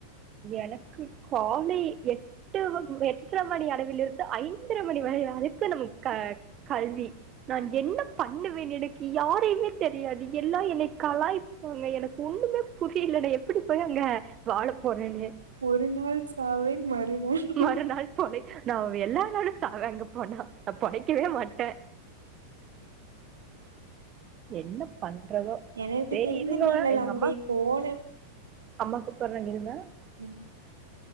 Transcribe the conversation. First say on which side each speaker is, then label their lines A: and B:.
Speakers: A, on the right (about 30°); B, on the right (about 70°).
A: எனக்கு காலை எட்டு எட்டரை மணி அளவில் இருந்து ஐந்து ந்திர மணி அதுக்கு நம் கல்வி நான் என்ன பண்ணுவேன் எனக்கு யாரையுமே தெரியாது எல்லாம் என்னை கலாயப்பாங்க எனக்கு ஒண்ணுமே புரியலனா எப்படி போய் அங்க வாழ போறேன்
B: ஒரு நாள் சாவேன் மறுநாள்
A: மறுநாள் பொனை நான் எல்லா நாளும் சாவே அங்க போனா நான் பொனைைக்கவே மாட்டேன் <inaudible> என்ன பண்றதோ
B: எனக்கு
A: சரி
B: தெரிந்து
A: இருங்களோ
B: நீங்கள்
A: எங்க
B: அங்கே
A: அம்மா
B: போன
A: அம்மாக்கு
B: <inaudible>
A: <inaudible>